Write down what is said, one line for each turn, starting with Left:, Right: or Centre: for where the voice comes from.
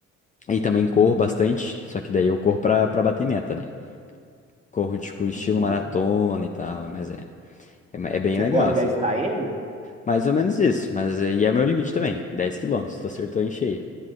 Left: e também corro bastante, só que daí eu corro pra, pra bater meta, né? Corro, tipo, estilo
Right: Uhum.
Left: maratona e tal, mas é, é, é bem
Right: Você
Left: legal,
Right: corre
Left: assim.
Right: 10 km?
Left: Mais ou menos isso, mas é- e é o meu limite também, 10 quilômetros tu acertou em cheio.